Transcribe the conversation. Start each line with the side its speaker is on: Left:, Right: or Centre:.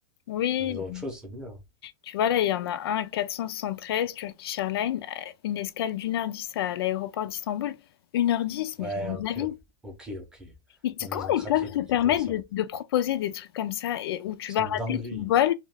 Left: oui.
Centre: On les met dans autre chose, c'est mieux. hein.
Left: Tu vois, là, il y en a un, 473, Turkish Airlines, euh, une escale d'une heure dix à l'aéroport d'Istanbul. Une heure dix,
Centre: Ouais,
Left: mais j'ai des
Centre: ok,
Left: avis.
Centre: ouais. Ok, ok.
Left: Et t-
Centre: Non,
Left: comment
Centre: mais ils ont craqué
Left: ils peuvent
Centre: de
Left: se permettre
Centre: proposer ça.
Left: de, de proposer des trucs comme ça et où tu
Centre: C'est
Left: vas
Centre: une
Left: rater
Centre: dinguerie.
Left: ton vol